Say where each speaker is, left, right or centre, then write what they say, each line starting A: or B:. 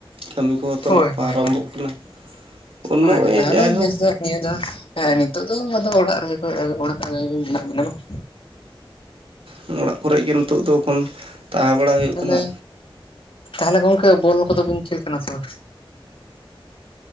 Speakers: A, on the right; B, on the left.
A: ᱠᱟᱹᱢᱤ ᱠᱚ ᱢᱟᱛᱚ
B: ᱦᱳᱭ
A: ᱱᱟᱜ
B: ᱦᱳᱭ
A: ᱟᱨᱚᱢᱵᱚᱜ
B: ᱦᱳᱭ
A: ᱠᱟᱱᱟ, <unintelligible>
B: ᱦᱳᱭ ᱛᱟᱦᱚᱞᱮ
A: ᱡᱟᱭᱦᱳᱠ
B: ᱱᱮᱥ ᱫᱚ ᱱᱤᱭᱟᱹ ᱫᱷᱟᱣ, ᱦᱮᱸ ᱱᱤᱛᱚᱜ ᱫᱚ ᱟᱫᱚ ᱚᱲᱟᱜ ᱨᱮᱜᱮ ᱠᱚ ᱚᱲᱟᱜ ᱨᱮ ᱢᱮᱱᱟᱜ ᱵᱤᱱᱟ ᱵᱟᱝ? <inaudible>
A: ᱦᱩᱸ ᱚᱲᱟᱜ ᱠᱚᱨᱮᱡ ᱜᱮ ᱱᱤᱛᱚᱜ ᱫᱚ ᱮᱠᱷᱚᱱ, ᱛᱟᱦᱮᱸ ᱵᱟᱲᱟ ᱦᱩᱭᱩᱜ
B: ᱛᱟᱦᱚᱞᱮ
A: ᱠᱟᱱᱟ᱾
B: ᱛᱟᱦᱚᱞᱮ ᱜᱚᱝᱠᱮ ᱵᱚᱞ ᱠᱚᱫᱚ ᱵᱤᱱ ᱠᱷᱮᱞ ᱠᱟᱱᱟ ᱥᱮ ᱵᱟᱝ?